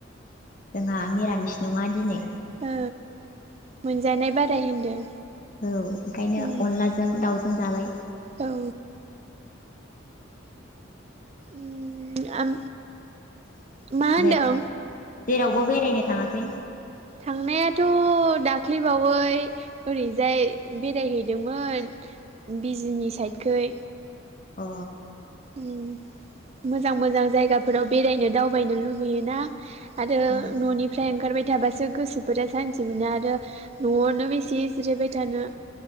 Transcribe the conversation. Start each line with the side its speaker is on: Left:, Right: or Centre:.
Left: जोंहा मिरामिस नङा दिनै
Right: ओ मोनजानाय बाराय होनदो
Left: औ ओंखायनो
Right: उम
Left: अनलाजों दाउजों जाबाय
Right: औ उम आम
Left: <inaudible>
Right: मा होनदों
Left: जेरावबो बेरायनो थाङाखै?
Right: थांनायाथ' दाख्लैबावै ओरैजाय बेरायहैदोंमोन बिजनि साइदखै
Left: अ
Right: उम मोजां मोजां जायगाफोराव बेरायनो दावबायनो लुबैयो ना आरो
Left: उम
Right: न'निफ्राय ओंखारबाय थाबासो गोसोफोरा सान्थि मोनो आरो न'आवनो बेसे जिरायबाय थानो।